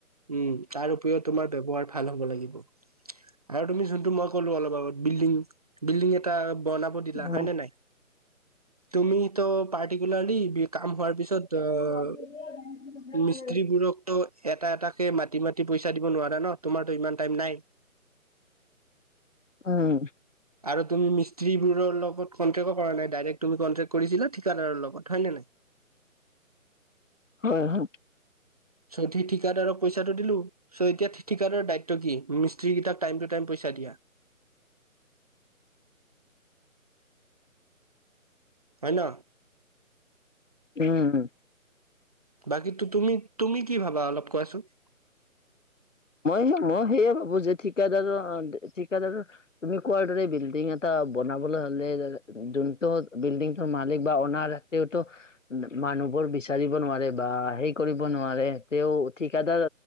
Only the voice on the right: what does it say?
উম' তাৰ উপৰিও তোমাৰ ব্যৱহাৰ ভাল হ'ব লাগিব। আৰু তুমি যোনটো মই ক'লোঁ অলপ আগত। বিল্ডিং, বিল্ডিং এটা বনা ব দিলা,
হয় নে নাই? তুমি ত' পাৰ্টিকুলাৰলি বি কাম হোৱাৰ পিছত,
অ' মিস্ত্ৰী বোৰকটো এটা এটাকে মাতি মাতি পইচা দিব নোৱাৰে ন। তোমাৰটো ইমান টাইম নাই।
আৰু তুমি মিস্ত্ৰীবোৰৰ লগত কনক্টেও কৰা নাই। ডাইৰেক্ট তুমি কনটেক্ট কৰিছিলা ঠিকাদাৰৰ লগত হয় নে নাই
চ, ঠি ঠিকাদাৰক পইচাটো দিলোঁ। চ' এতিয়া ঠি, ঠিকাদাৰৰ দায়িত্ব কি মিস্ত্ৰীকেইটাক টাইম টু টাইম পইচা দিয়া। পাৰি ল
বাকীটো তুমি তুমি কি ভাবা, অলপ কোৱাচোন